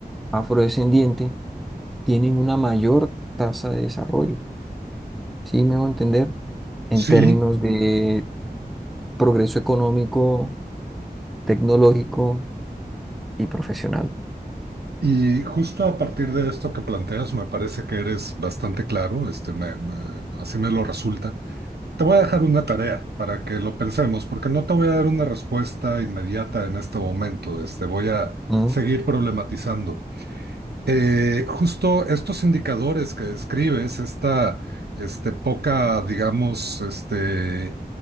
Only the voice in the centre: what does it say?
afrodescendientes tienen una mayor tasa de desarrollo, ¿sí me hago entender? En
términos de progreso económico, tecnológico y profesional.
¿Mm?